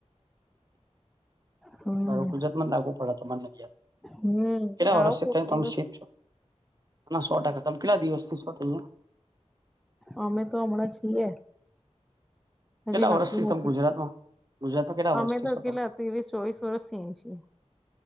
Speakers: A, on the right; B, in the centre.
A: <inaudible>
B: હમ
A: બરોબર્ ગુજરાતમાં જ લાગુ તમને.
B: હમ
A: કેટલા
B: આવો
A: વરસથી
B: કોક
A: ત્યાં
B: દિવસ
A: તમે શીફ્ટ છો? ના સો ટકા. તમે કેટલા દિવસ થી સો <unintelligible> અહીંયા?
B: અમે તો હમણાં છીએ. હજી
A: કેટલા
B: નક્કી
A: વર્ષથી
B: નથી.
A: તમે ગુજરાતમાં ગુજરાતમાં કેટલા
B: અમે
A: વર્ષથી
B: તો
A: છો
B: કેલા તેવીસ, ચોવીસ, વર્ષથી છીએ.